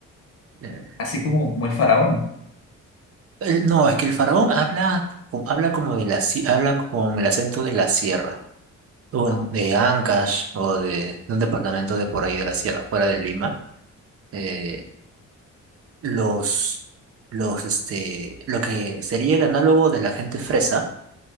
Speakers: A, on the right; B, on the left.
A: eh,
B: así como, como el faraón.
A: El- no, es que el faraón habla, co- habla como de la, si- habla con el acento de la sierra, o
B: ¿no?
A: de Ancash, o de, de un departamento de por ahí de la sierra, fuera de Lima. Eh, los, los, este, lo que sería el análogo de la gente fresa,